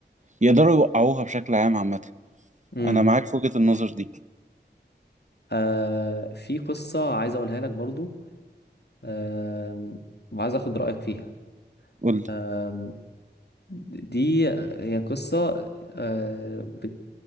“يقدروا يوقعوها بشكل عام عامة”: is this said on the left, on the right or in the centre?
Right